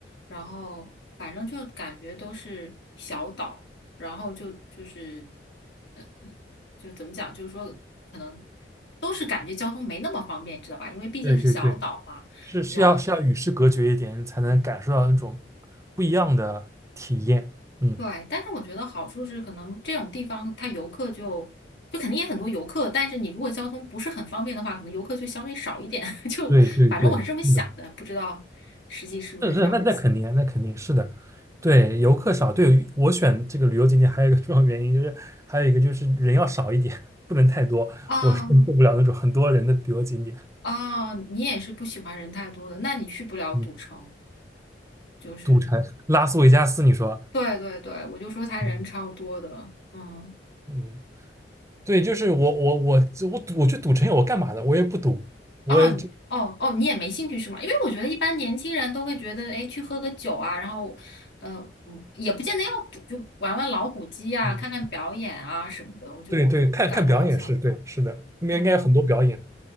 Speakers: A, on the left; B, on the right.
A: 然后反正就感觉都是小岛，然后就就是 <clears throat> 就怎么讲，就是说可能都是感觉交通没那么方便，知道吧？因为毕竟是小岛嘛。
B: 对对对，是是要是要与世隔绝一点，
A: 然后。
B: 才能感受到那种不一样的体验。嗯，
A: 对，但是我觉得好处是，可能这种地方它游客就就肯定也很多游客，但是你如果交通不是很方便的话，可能游客就相对少一点。<laughs> 就反正我是这么想的，
B: 对对对，是的。
A: 不知道实际是不是这样子。
B: 是是，那那肯定，那肯定是的，对，游客少，对我选这个旅游景点还有一个重要原因就是，还有一个就是人要少一点，不能太多，
A: 啊
B: 我是受不了那种很多人的旅游景点。
A: 啊，你也是不喜欢人太多的，那你去不了赌城。
B: 嗯，
A: 就是
B: 赌城、拉斯维加斯，你说，
A: 对对对，我就说他人超多的，
B: 嗯
A: 嗯。
B: 嗯，对，就是我我我我赌我去赌城我干嘛的？我也不赌，我也就
A: 哦你哦哦，你也没兴趣是吗？因为我觉得一般年轻人都会觉得，哎，去喝个酒啊，然后，呃，嗯也不见得要赌，就玩玩老虎机啊，
B: 嗯，
A: 看看表演啊什么的。我就我感觉好像，
B: 对对，看看表演是对，是的，那边应该有很多表演，
A: 嗯